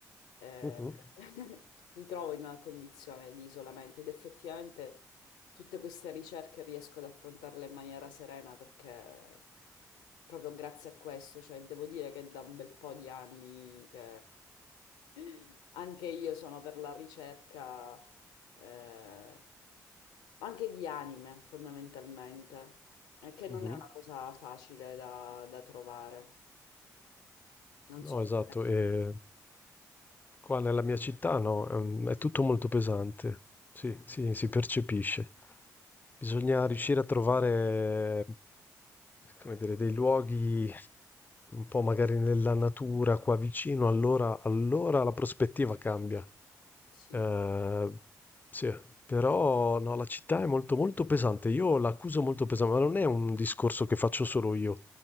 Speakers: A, on the left; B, on the left.
A: eh,
B: Mhm,
A: <laughs> mi trovo in una condizione di isolamento ed effettivamente tutte queste ricerche riesco ad affrontarle in maniera serena perché proprio grazie a questo, cioè devo dire che da un bel po' di anni che <laughs> anche io sono per la ricerca eh, anche di anime fondamentalmente eh, che
B: mhm.
A: non è una cosa facile da, da trovare. Non
B: No,
A: so
B: esatto.
A: se...
B: e qua nella mia città, no, ehm, è tutto molto pesante. Sì, sì, si percepisce. Bisogna riuscire a trovare, come dire, dei luoghi un po' magari nella natura, qua vicino, allora, allora la prospettiva cambia.
A: Sì.
B: Ehm, sì, però no, la città è molto molto pesante. Io l'accuso molto pesante, ma non è un discorso che faccio solo io.